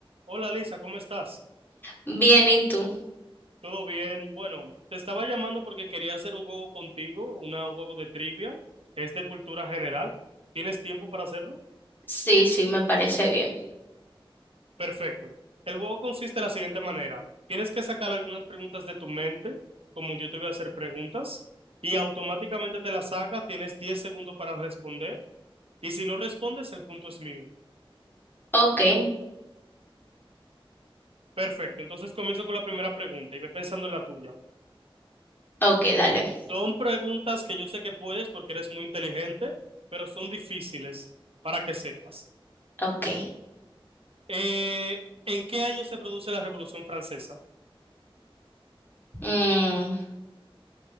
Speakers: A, on the right; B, on the left.
A: Hola Lisa, ¿cómo estás?
B: Bien, ¿y tú?
A: ¿Todo bien? Bueno, te estaba llamando porque quería hacer un juego contigo, una- un juego de trivia. Es de cultura general. ¿Tienes tiempo para hacerlo?
B: Sí, sí, me parece bien.
A: Perfecto. El juego consiste de la siguiente manera. Tienes que sacar algunas preguntas de tu mente, como yo te voy a hacer preguntas, y automáticamente te las saca. Tienes 10 segundos para responder. Y si no respondes, el punto es mío.
B: Ok,
A: Perfecto. Entonces comienzo con la primera pregunta y ve pensando en la tuya.
B: ok, dale.
A: Son preguntas que yo sé que puedes porque eres muy inteligente, pero son difíciles para que sepas.
B: Ok.
A: Eh, ¿en qué año se produce la Revolución Francesa?
B: Mm,